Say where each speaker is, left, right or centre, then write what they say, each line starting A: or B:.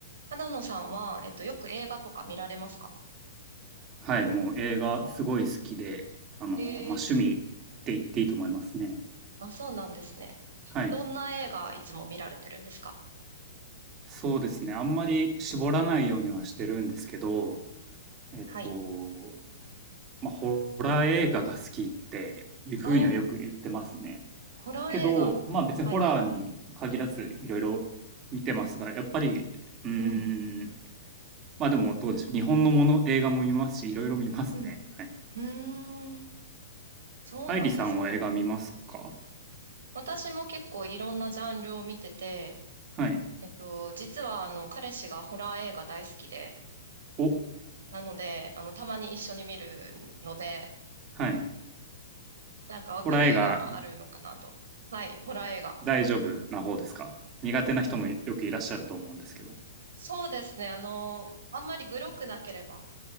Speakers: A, on the right; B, on the right.
A: 花野さんは、えっと、よく映画とか見られますか
B: はい、もう映画すごい好きで、あの、
A: ええ
B: まあ、趣味って言っていいと思いますね。
A: あ、そうなんですね。
B: はい。
A: どんな映画いつも見られてるんですか
B: そうですね。あんまり絞らないようにはしてるんですけど、えっと、
A: はい。
B: まあ、ホラー映画が好きっていうふうにはよく言ってますね。
A: ああ、ホラー映画。
B: けど、まあ別にホラーに限らずいろいろ見てますが、
A: はい。
B: やっぱり、うーん、
A: うん。
B: まあでもどうでしょう。日本のもの、映画も見ますし、いろいろ見ますね。
A: うん。う
B: はい。
A: ーん。そうなんですね。
B: 愛理さんは映画見ますか
A: 私も結構いろんなジャンルを見てて、
B: はい。
A: えっと、実は、あの、彼氏がホラー映画大好きで、
B: お、
A: なので、あの、たまに一緒に見るので、
B: はい。
A: なんかわかる映画もあるのかなと。
B: ホラー映画
A: はい、ホラー映画。
B: 大丈夫な方ですか苦手な人もよくいらっしゃると思うんですけど。
A: そうですね。あの、あんまりグロくなければ、